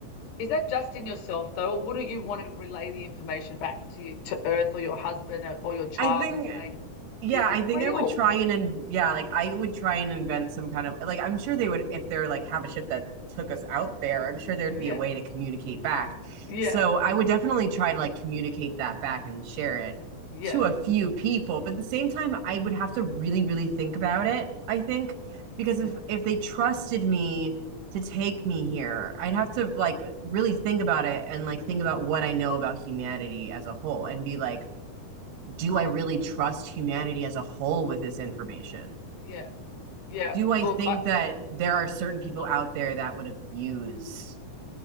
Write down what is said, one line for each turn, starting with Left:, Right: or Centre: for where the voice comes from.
Left: is that just in yourself though or wouldn't you want to relay the information back to to earth or your husband or, or your child
Right: I think
Left: and say
Right: Yeah,
Left: this
Right: I
Left: is
Right: think
Left: real
Right: I would try and in, yeah, like I would try and invent some kind of like I'm sure they would if they're like have a ship that took us out there, I'm sure there'd
Left: yeah
Right: be a way to communicate back.
Left: yeah
Right: So I would definitely try to like communicate that back and share it
Left: yeah
Right: to a few people, but at the same time I would have to really really think about it, I think, because
Left: yeah
Right: if if they trusted me to take me here, I'd have to like really think about it and like think about what I know about humanity as a whole and be like do I really trust humanity as a whole with this information?
Left: yeah yeah
Right: Do I
Left: look
Right: think
Left: i
Right: that there are certain people out there that would abuse